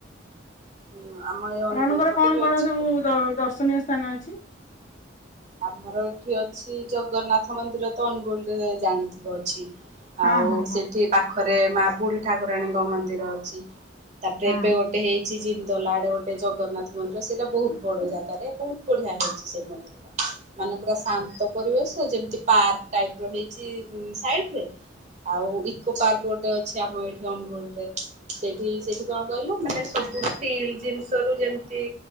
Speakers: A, on the right; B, on the left.
A: ହୁଁ ଆମ ଏଇ ଅନୁଗୁଳ
B: ଆପଣଙ୍କର
A: ପଟେ
B: କଣ
A: ବି
B: କଣ
A: ଅଛି
B: ସବୁ
A: ବହୁତ।
B: ଦ ଦର୍ଶନୀୟ ସ୍ଥାନ ଅଛି।
A: ଆମର ଏଠି ଅଛି ଜଗନ୍ନାଥ ମନ୍ଦିର ତ ଅନୁଗୁଳରେ ଜାଣିଥିବ ଅଛି।
B: ହଁ
A: ଆଉ
B: ହଁ
A: ସେଠି
B: ହଁ
A: ପାଖରେ ମା ବୁଢୀ ଠାକୁରାଣୀଙ୍କ ମନ୍ଦିର ଅଛି ତାପରେ
B: ହଁ
A: ଏବେ ଗୋଟେ ଟେ ହେଇଛି ଜିନ୍ଦଲ ଆଡ଼େ ଗୋଟେ ଜଗନ୍ନାଥ ମନ୍ଦିର ସେଇଟା ବହୁତ ବଡ଼ ଜାଗାରେ ବହୁତ ବଢ଼ିଆ ହେଇଛି ସେଇ ମନ୍ଦିରଟା। ମାନେ ପୁରା ଶାନ୍ତ ପରିବେଶ ଯେମିତି ପାର୍କ ଟାଇପ ର ହେଇଛି ସାଇଡରେ ଆଉ ଇକୋ ପାର୍କ ଗୋଟେ ଅଛି ଆମ ଏଇଠି ଅନୁଗୋଳ ରେ। ସେଇଠି ସେଇଠି କଣ କହିଲ ମାନେ ସବୁ ଷ୍ଟିଲ୍ ଜିନିଷ ରୁ ଯେମିତି